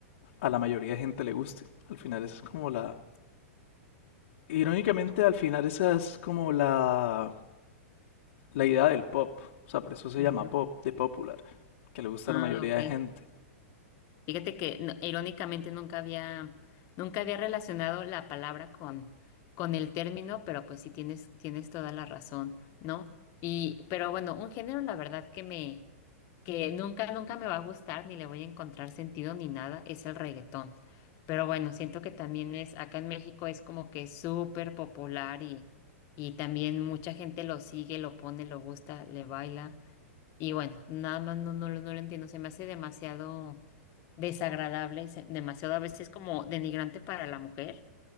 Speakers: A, on the left; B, on the left.
A: a la mayoría de gente le guste. Al final esa es como la... Irónicamente, al final esa es como la la idea del pop. O sea, por eso se
B: Ujú.
A: llama pop, de popular, que le gusta
B: Ah,
A: a la mayoría
B: ok.
A: de gente.
B: Fíjate que no- irónicamente nunca había, nunca había relacionado la palabra con, con el término, pero pues sí tienes, tienes toda la razón, ¿no? Y, pero bueno, un género, la verdad que me, que nunca, nunca me va a gustar, ni le voy a encontrar sentido ni nada, es el reggaetón. Pero bueno, siento que también es, acá en México es como que súper popular y, y también mucha gente lo sigue, lo pone, lo gusta, le baila. Y bueno, nada más no, no, lo- no lo entiendo, se me hace demasiado desagradable, se- demasiado a veces como denigrante para la mujer,